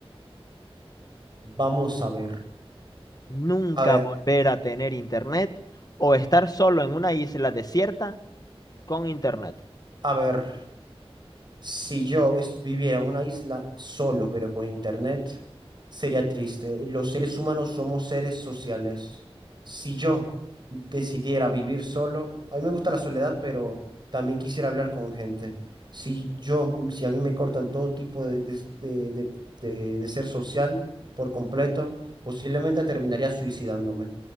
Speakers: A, on the right (about 45°); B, on the left (about 40°).
A: Vamos a ver.
B: Nunca
A: A ver,
B: volver a tener internet o estar solo en una isla desierta con internet.
A: a ver. Si yo es- viviera en una isla solo, pero con internet, sería triste. Los seres humanos somos seres sociales. Si yo decidiera vivir solo, a mí me gusta la soledad, pero también quisiera hablar con gente. Si yo, si a mí me cortan todo tipo de, de, de, de- de- de ser social por completo, posiblemente terminaría suicidándome.